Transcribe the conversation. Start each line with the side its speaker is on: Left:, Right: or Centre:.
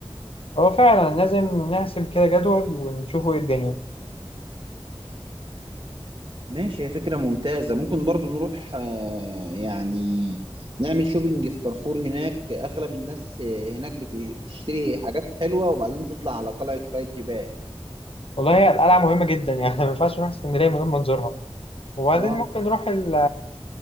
Left: هو فعلا لازم نحسب كده جدول ونشوفوا إيه الدنيا
Right: ماشي هي فكره ممتازه ممكن برضو نروح آه، يعني نعمل شوبينج في كارفور هناك اغلب الناس آه، هناك بت- بتشتري حاجات حلوه وبعدين تطلع على قلعه قايتباي
Left: والله هي القلعة مهمة جدا يعني <laughs> ما ينفعش نروح اسكندرية من غير ما نزورها وبعدين
Right: اه
Left: ممكن نروح ال-